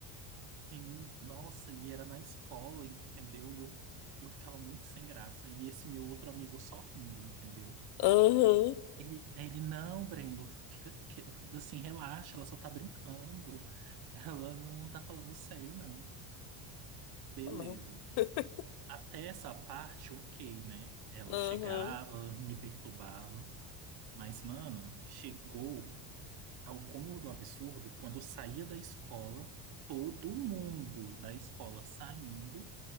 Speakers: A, on the right; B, on the left.
A: Sim, nossa, e era na escola, entendeu? E eu, eu ficava muito sem graça. E esse meu outro amigo só rindo, entendeu?
B: Aham,
A: Ele, ele, não, Brendo, fica que- assim, relaxa, ela só tá brincando. Ela não tá falando sério, não. Beleza.
B: aham, <laughs>
A: Até essa parte, ok, né? Ela
B: aham.
A: chegava, me perturbava. Mas, mana, chegou ao cômodo absurdo quando eu saía da escola, todo mundo da escola saindo